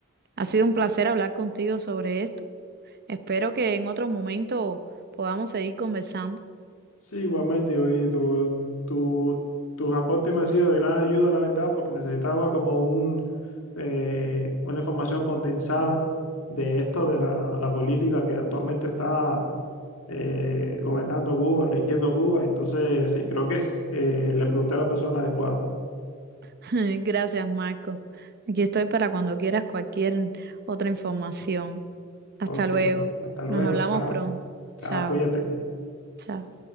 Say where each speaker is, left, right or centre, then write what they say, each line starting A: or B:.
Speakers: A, on the right; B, on the left.
A: Ha sido un placer hablar contigo sobre esto. Espero que en otro momento podamos seguir conversando.
B: Sí, igualmente, yo y tu, tu- tus aportes me han sido de gran ayuda, la verdad, porque necesitaba como un, eh, una información condensada de esto, de la, la política que actualmente está eh, gobernando Cuba, rigiendo Cuba. Entonces, sí, creo que eh, le pregunté a la persona adecuada.
A: <laughs> Gracias, Marco. Aquí estoy para cuando quieras cualquier otra información. Hasta
B: Ok,
A: luego.
B: hasta luego,
A: Nos hablamos
B: chao.
A: pronto.
B: Chao,
A: Chao,
B: cuídate.
A: chao.